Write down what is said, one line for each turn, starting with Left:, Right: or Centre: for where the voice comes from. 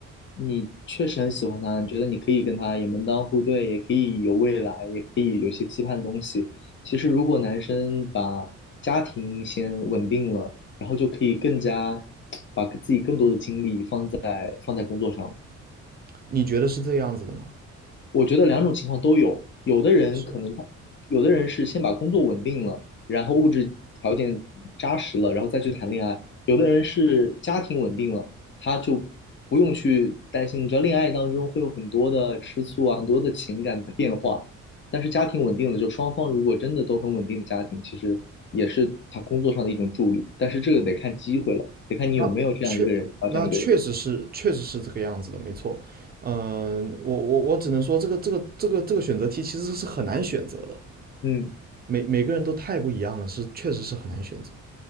Left: 你确实很喜欢他，你觉得你可以跟他也门当户对，也可以有未来，也可以有些期盼的东西。其实，如果男生把家庭先稳定了，然后就可以更加 <tsk> 把自己更多的精力放在放在工作上了。
Right: 你觉得是这样子的吗？
Left: 我觉得两种情况都有，有的人可能他，
Right: 是吧？
Left: 有的人是先把工作稳定了，然后物质条件扎实了，然后再去谈恋爱；有的人是家庭稳定了，他就不用去担心，你知道恋爱当中会有很多的吃醋啊，很多的情感的变化，但是家庭稳定了，就双方如果真的都很稳定的家庭，其实也是他工作上的一种助力，但是这个得看机会了，得看你有没有这样一个人啊，
Right: 那确那确实是确实是这个样子的，
Left: 这样一个人，
Right: 没错。嗯，我我我只能说这个这个这个这个选择题其实是很难选择的，
Left: 嗯。
Right: 每每个人都太不一样了，是确实是很难选择。